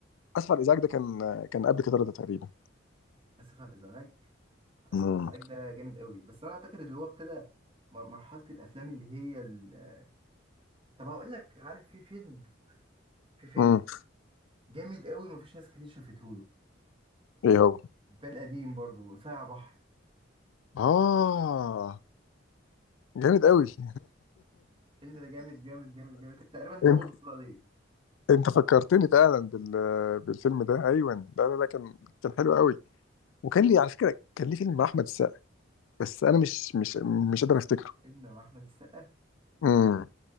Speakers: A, on the left; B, on the right.
A: اسفل ازعاج ده كان كان قبل كده رضا تقريبا
B: اسف على الازعاج اسف
A: امم
B: على الازعاج ده جامد قوي بس انا اعتقد اللي هو ابتدى مر- مرحله الافلام اللي هي ال... طب هقول لك عارف في فيلم في فيلم
A: امم
B: جامد قوي مفيش ناس كتير شافته له
A: ايه هو
B: كان قديم برضه صايع بحر
A: اه جامد قوي <laughs>
B: الفيلم ده جامد جامد جامد جامد كانت تقريبا دي
A: انت
B: اول بطوله ليه
A: انت فكرتني فعلا بال... بالفيلم ده ايوه لا لا لا كان كان حلو قوي وكان لي على فكره كان لي فيلم مع احمد السقا بس انا مش مش مش قادر افتكره
B: فيلم مع احمد السقا
A: امم